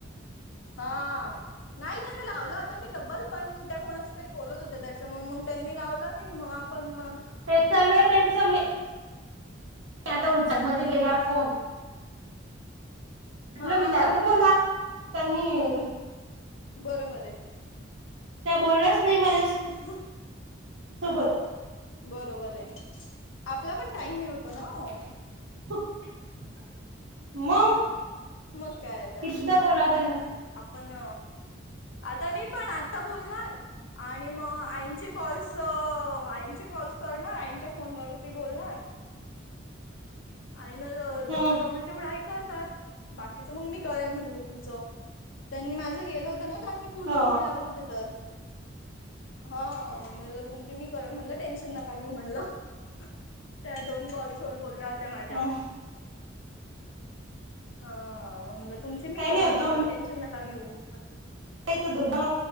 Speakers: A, on the left; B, on the right.
A: हा नाही त्यांना लावला होता मी डब्बल पण त्या कोणाशी तरी बोलत होत्या त्याच्यामुळ मंग त्यांनी लावलं नई मंग आपण मंग
B: तेच चालू आहे त्याचं मी ते आत उचल मध्ये गेल्यावर फोन म्हंटल
A: हा
B: मी <inaudible> तरबोला त्यांनी
A: बरोबरये.
B: त्या बोलल्याच नाई माझ्या
A: <unintelligible>
B: सोबत
A: बरोबरये आपला पण टाईम हे होतो ना ओ
B: <unintelligible> मग
A: मग काय तर
B: कितीदा बोलाव त्यांना
A: आपण आता मी पण आत्ता बोलणार आणि म आईचे कॉल्स आईचे कॉल्स करणार आईंच्या फोनवरती बोलणार आई ना
B: हम्म
A: जेवढं जमल तेवढं आई करतात बाकीच मंग मी करेन म्हणलं तुमच त्यांनी माझं केलं होतं ना कारण मी पिऊ
B: ह
A: ला झोपी लावत होते तर हा म म्हणलं तुमची मी करन म्हणलं टेन्शन नका घेऊ म्हणलं. त्या दोन कॉल्स वर बोलल्या होत्या माझ्या.
B: ह
A: ह म म्हणलं तुमचे मी
B: काही
A: करेल
B: नाही होत
A: म्हणलं टेन्शन नका घेऊ अस होत.
B: एक दोघा